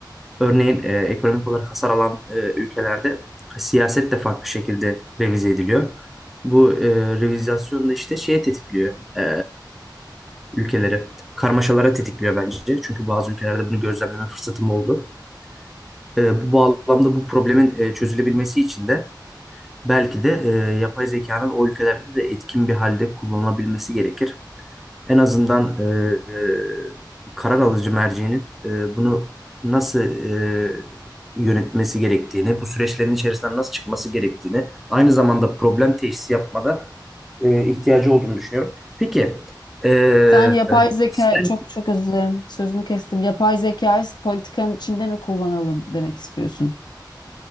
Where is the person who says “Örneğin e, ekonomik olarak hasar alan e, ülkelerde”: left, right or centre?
Centre